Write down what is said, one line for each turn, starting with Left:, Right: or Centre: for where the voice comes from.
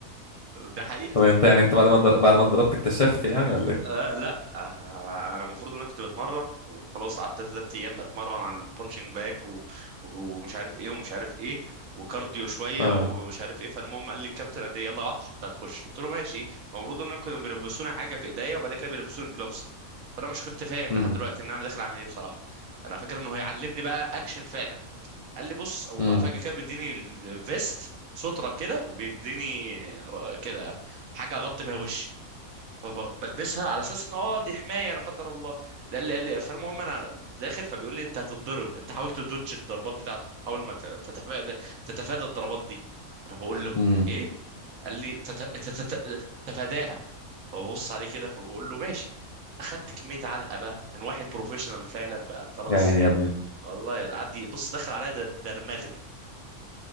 Right: ده حقيقة
Left: طب انت يعني انت بعد ما اتضر- بعد ما اتضربت اكتشفت يعني ولا ايه
Right: آه لا آه انا المفروض ان انا كنت بتمرن وخلاص قعدت تلات ايام بتمرن على البونشنج باج و... ومش عارف ايه ومش عارف ايه وكارديو شوية
Left: اه
Right: ومش عارف ايه فالمهم قال لي الكابتن قال لي يلا وحش انت هتخش قلت له ماشي المفروض ان انا كانوا بيلبسوني حاجة في ايديا وبعد كده بيلبسوني جلوفز فانا مش كنت فاهم
Left: امم
Right: لحد دلوقتي ان انا داخل اعمل ايه بصراحة انا فاكر انه هيعلمني بقى اكشن فعلا قال لي بص او
Left: امم
Right: بقى فجاه كده بيديني الفيست ستره كده وبيديني ر- كده حاجه اغطي بيها وشي فبلبسها على اساس ان اه دي حمايه لا قدر الله قال لي قال لي فالمهم انا داخل فبيقول لي انت هتتضرب انت حاول تدوج الضربات بتاعته حاول ما ت- تتفادى تتفادى الضربات دي انا بقول له
Left: امم
Right: ايه قال لي تت- تت- تت- تتفاداها فببص عليه كده فبقول له ماشي اخدت كميه علقه بقى من واحد بروفيشنال فعلا بقى خلاص
Left: يا عيني يا ابني
Right: والله عدي بص دخل عليا د- درمغني